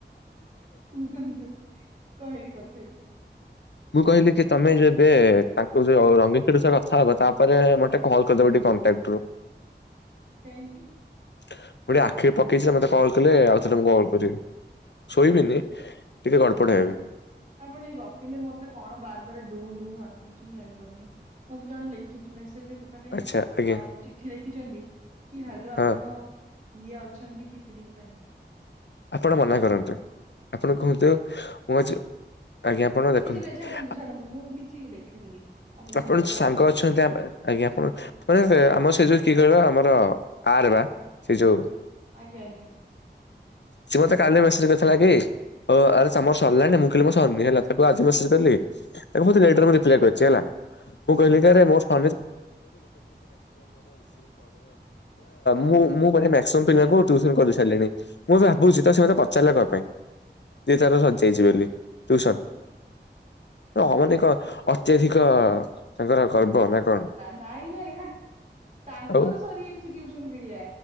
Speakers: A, on the right; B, on the left.
A: କୁହନ୍ତୁ କହିବି ପଛେ।
B: ମୁଁ କହିଲି କି ତମେ ଯେବେ ତା ରଙ୍ଗୀଚର କଥା ହବା ତାପରେ ମତେ ଟିକେ କଲ୍ କରିଦବା ଟେ କଣ୍ଟାକ୍ଟ ରୁ।
A: କାହିଁକି?
B: ମୁଁ ଟିକେ ଆଖିରେ ପକେଇଛି ଯେ ମତେ କଲ୍ କଲେ ଆଉ ଥରେ ମୁଁ କଲ୍ କରିବି। ଶୋଇବିନି ଟିକେ ଗଡ଼ପଡ ହେବି।
A: ଆପଣ ଟିକେ ଗପିଲେ ମତେ କଣ ବାର ବାର ଡୁଁ ଡୁଁ ଆସୁଛି ମୁଁ ଜାଣିପାରୁନି। ମତେ ଜଣେ ଲେଖିଛିି ମେସ୍ ସେ ଯୋଉ ମାନେ
B: ଆଚ୍ଛା
A: ଅ
B: ଆଜ୍ଞା
A: ଚିଠି ଲେଖିଛନ୍ତି କି ହାଲୋ
B: ହଁ
A: ଆପଣ ଇଏ ଅଛନ୍ତି କି ଫ୍ରି ପାଇଁ।
B: ଆପଣ ମନା କରନ୍ତୁ ଆପଣ କୁହନ୍ତୁ ମୁଁ ଆଜି ଆଜ୍ଞା ଆପଣ ଦେଖନ୍ତୁ
A: କିଛି ନାହିଁ ଛାଡନ୍ତୁ ଛାଡନ୍ତୁ ମୁଁ କିଛି ଦେଖିବିନି
B: ଆପଣ
A: ଛାଡନ୍ତୁ
B: ସାଙ୍ଗ ଅଛନ୍ତି ଆଜ୍ଞା ଆପଣ ଆମ ସେଇ ଯୋଉ କି କହିଲ ଆମର ଆର ବା ସେଇ ଯୋଉ
A: ଆଜ୍ଞା ଆଜ୍ଞା।
B: ସେ ମତେ କାଲି ମେସେଜ କରିଥିଲା କି ଓ ଆରେ ତମର ସରିଲାଣି ମୁଁ କହିଲି ମୋର ସରନି ହେଲା ତାକୁ ଆଜି ମେସେଜ କଲି। ତାପରେ ମତେ ଲେଟର ମୁ୍ କରିଛି ହେଲା ମୁଁ
A: ଆଜ୍ଞା।
B: କହିଲି କି ଆରେ ମୋ <unintelligible> ମୁଁ ମୁଁ <unintelligible> ପିଲାଙ୍କୁ ଟିଉସନ କରି ସାରିଲିଣି। ମୁଁ ଭାବୁଛି ତ ସେ ମତେ ପଚାରିଲା କଣ ପାଇଁ ଦି ତାର ସରିଜାଇଛି ବୋଲି ଟିଉସନ। ହଁ ମାତେ କ ଅତ୍ୟଧିକ ତାଙ୍କର ଗର୍ବ ନା କଣ?
A: ନାଇଁ ନାଇଁ ହେ ତାଙ୍କର
B: ଆଉ
A: ସରିଯାଇଛି ଟିଉସନକୁରିିଆ।